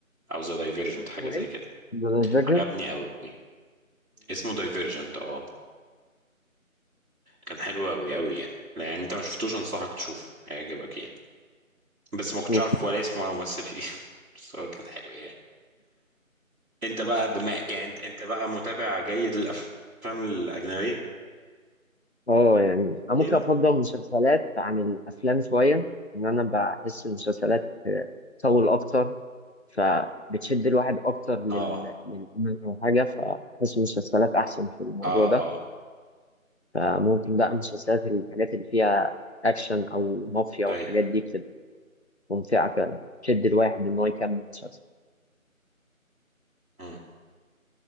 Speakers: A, on the right (about 85°); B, on the left (about 50°).
A: او ذا دايفيرجنت حاجه
B: هو
A: زي
B: إيه؟
A: كده
B: ذا ديفيجن
A: عجبني قوي اسمه دايفيرجنت اه كان حلو قوي قوي يعني لا يعني انت ما شفتوش انصحك تشوفه هيعجبك يعني بس
B: اشوف
A: ما كنتش عارف ولا اسمه ولا ممثل فيه <laughs> بس هو كان حلو يعني انت بقى بما يعني انت انت بقى متابع جيد للافلام الاجنبيه
B: اه يعني انا ممكن
A: ايه
B: افضل المسلسلات عن الافلام شوية ان انا بحس المسلسلات آه، تطول اكتر فبتشد الواحد اكتر لل
A: اه
B: لل- او حاجة فبحس المسلسلات احسن في الموضوع
A: اه
B: ده
A: اه
B: فممكن بقى مسلسلات الحاجات اللي فيها أكشن أو مافيا والحاجات
A: ايوه
B: دي بتبقى ممتعة فعلا تشد الواحد إن هو يكمل مسلسل
A: مم.